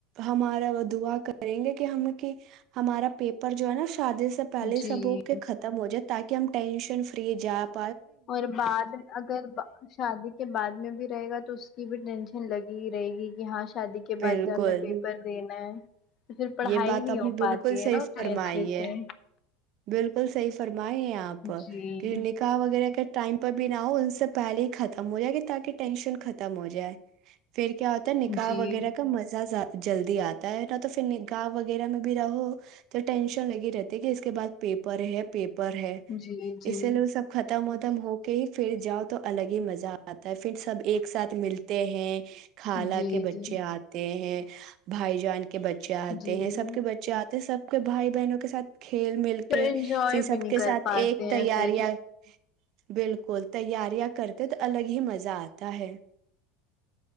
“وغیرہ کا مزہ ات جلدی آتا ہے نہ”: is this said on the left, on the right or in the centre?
Right